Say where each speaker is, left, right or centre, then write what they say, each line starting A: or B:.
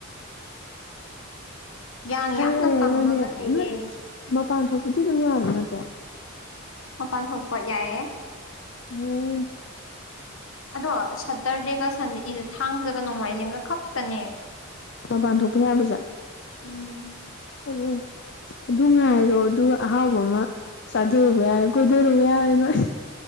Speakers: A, on the left (about 80°); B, on the left (about 60°).
A: ꯌꯥꯡ
B: ꯈꯔ
A: ꯌꯥꯝꯅ
B: ꯂꯩꯔꯒꯅꯦ
A: ꯀꯪꯉꯒ ꯂꯩꯌꯦ
B: ꯅꯣꯏ ꯃꯄꯥꯟ ꯊꯣꯛꯄꯗꯤ ꯑꯗꯨꯝ ꯌꯥꯕ ꯅꯠꯇ꯭ꯔꯣ
A: ꯃꯄꯥꯟ ꯊꯣꯛꯄ ꯌꯥꯏꯑꯌꯦ
B: ꯎꯝ
A: ꯑꯗꯣ ꯁꯇꯔꯗꯦꯒ ꯁꯟꯗꯦꯒꯤꯗ ꯊꯥꯡꯖꯒ ꯅꯣꯡꯃꯥꯏꯖꯤꯡꯒ ꯈꯛꯇꯅꯦ
B: ꯃꯄꯥꯟ ꯊꯣꯛꯄ ꯌꯥꯕꯖꯥ
A: ꯎꯝ
B: ꯎ ꯑꯗꯨ ꯉꯥꯏꯔꯣ ꯑꯗꯨꯒ ꯑꯍꯥꯎꯕ ꯑꯃ ꯆꯥꯊꯔꯨꯕ ꯌꯥꯔꯦ ꯀꯣꯏꯊꯔꯨꯕ ꯌꯥꯔꯦ ꯅꯣꯏ